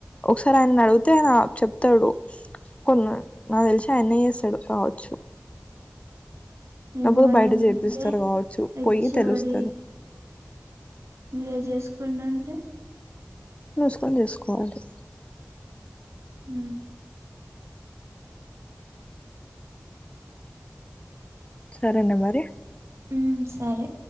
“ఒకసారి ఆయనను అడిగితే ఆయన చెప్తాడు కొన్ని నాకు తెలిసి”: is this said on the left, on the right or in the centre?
Left